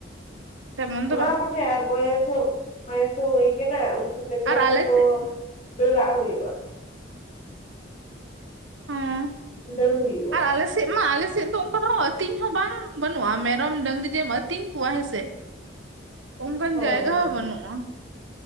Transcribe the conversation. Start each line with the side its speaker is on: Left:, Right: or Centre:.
Right: ᱛᱮᱢᱚᱱ ᱫᱚ
Left: ᱚᱱᱟ
Right: ᱵᱟᱝ
Left: ᱠᱚᱴᱷᱮ ᱟᱨ ᱵᱚᱭᱮᱥ ᱦᱚ ᱵᱚᱭᱮᱥ ᱦᱚ ᱦᱩᱭ ᱠᱟᱱᱟ ᱩᱱᱠᱩ ᱯᱮᱪᱷᱚᱱ
Right: ᱟᱨ
Left: ᱨᱮᱦᱚᱸ
Right: ᱟᱞᱮ
Left: ᱛᱚ
Right: ᱥᱮᱫ
Left: ᱫᱟᱹᱲᱟᱜ ᱦᱩᱭᱩᱜᱼᱟ
Right: ᱦᱚᱸ
Left: ᱫᱟᱹᱲ ᱦᱩᱭᱩᱜ
Right: ᱟᱨ ᱟᱞᱮ ᱥᱮᱫ ᱢᱟ ᱟᱞᱮ ᱥᱮᱫ ᱫᱚ ᱚᱱᱠᱟ ᱟᱹᱛᱤᱧ ᱦᱚᱸ ᱵᱟᱝ ᱵᱟᱹᱱᱩᱜᱼᱟ ᱢᱮᱨᱚᱢ ᱰᱟᱹᱝᱨᱤ ᱡᱮᱢ ᱟᱹᱛᱤᱧ ᱠᱚᱣᱟ ᱦᱮᱸᱥᱮ ᱚᱱᱠᱟᱱ
Left: ᱦᱳᱭ
Right: ᱡᱟᱭᱜᱟ
Left: ᱦᱳᱭ
Right: ᱦᱚᱸ ᱵᱟᱹᱱᱩᱜᱼᱟ᱾